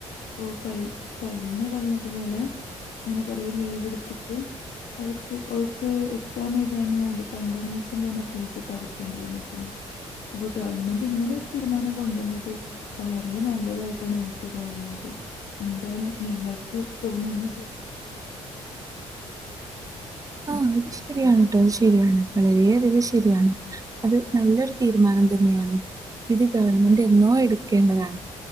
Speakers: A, on the left (about 65°); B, on the right (about 25°).
A: പോ കയി കഴിഞ്ഞ കൊല്ലം ഇതുപോലെ ഇങ്ങെനെ കൊറെ ലീവെടുത്തിട്ട് അവർക്ക് അവൾക്ക് എക്സാം എഴുതാനും വേണ്ടി കണ്ടണേഷൻ പറഞ്ഞ ഫീസൊക്കെ അട ക്കേണ്ടി വന്നിട്ട്ണ്ട്. അപ്പൊ ഗവൺമെന്റ് ഇങ്ങനെ ഒരു തീരുമാനം കൊണ്ടന്നത് വളരെ നല്ലതായിട്ടാണ് എനിക്ക് തോന്നുന്നത്. എന്താണ് നിങ്ങൾക്ക് തോന്നുന്നത്
B: ആഹ് അത് ശെരിയാണ് ട്ടോ. അത് ശെരിയാണ്. വളെരെ അധികം ശെരിയാണ്. അത് നല്ലൊരു തീരുമാനം തന്നെയാണ്. ഇത് ഗവൺമെന്റ് എന്നോ എടുക്കേണ്ടതാണ്.